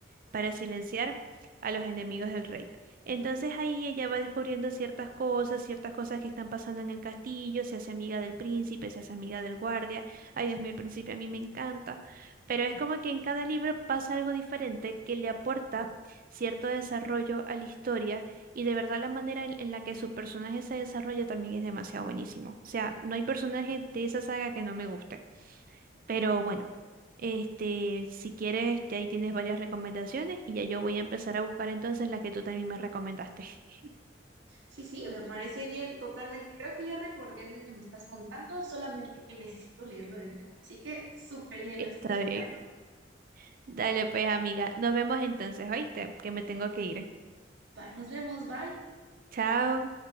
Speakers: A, on the right; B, on the right.
A: para silenciar a los enemigos del rey. Entonces ahí ella va descubriendo ciertas cosas, ciertas cosas que están pasando en el castillo, se hace amiga del príncipe, se hace amiga del guardia. Ay, Dios mío, el príncipe a mí me encanta. Pero es como que en cada libro pasa algo diferente que le aporta cierto desarrollo a la historia y de verdad la manera en, en la que su personaje se desarrolla también es demasiado buenísimo. O sea, no hay personaje de esa saga que no me guste. Pero bueno, este, si quieres, ya ahí tienes varias recomendaciones y ya yo voy a empezar a buscar entonces las que tú también me recomendaste. <laughs>
B: Sí, sí, me parece bien, totalmente. Creo que ya recordé el que me estás contando, solamente que necesito leerlo de nuevo. Así que súper bien,
A: Está
B: lo estoy esperando.
A: bien. Dale pues, amiga. Nos vemos entonces, ¿oíste? Que me tengo que ir.
B: Va, nos vemos, bye.
A: Chao.